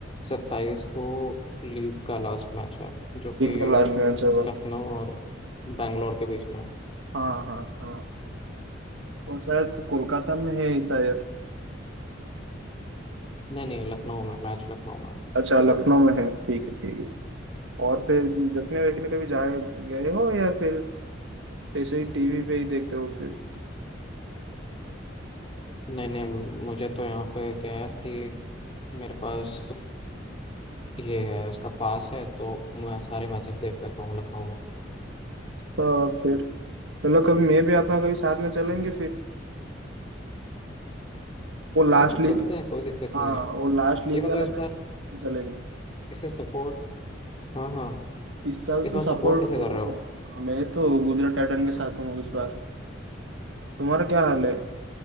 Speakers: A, on the left; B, on the right.
A: सत्ताईस को लीग का लास्ट मैच है जो
B: एक
A: कि
B: का लास्ट मैच होगा
A: लखनऊ और बैंगलोर के बीच में है
B: हाँ हाँ हाँ वो शायद तो कोलकाता में है शायद
A: नहीं नहीं लखनऊ में मैच लखनऊ में है।
B: अच्छा लखनऊ में है ठीक है ठीक है और फिर देखने वेखने कभी जाए गए हो या फिर ऐसे ही टीवी पे ही देखते हो फिर
A: नहीं नहीं मुझे तो यहाँ पे क्या है कि मेरे पास ये है उसका पास है तो मैं सारे मैचेस देख लेता हूँ लखनऊ में
B: तो फिर चलो कभी मैं भी आता हूँ कभी साथ में चलेंगे फिर वो लास्ट
A: हाँ
B: लीग
A: चलते हैं कोई दिक्कत
B: हाँ
A: नहीं है
B: वो लास्ट लीग
A: ये बताओ
B: वाला
A: इस
B: मैच
A: बार
B: चलेंगे
A: इसे सपोर्ट हाँ हाँ
B: इस साल
A: इस
B: तो
A: बार
B: सपोर्ट
A: सपोर्ट किसे कर रहे हो
B: मैं तो गुजरात टाइटन के साथ हूँ इस बार तुम्हारा क्या हाल है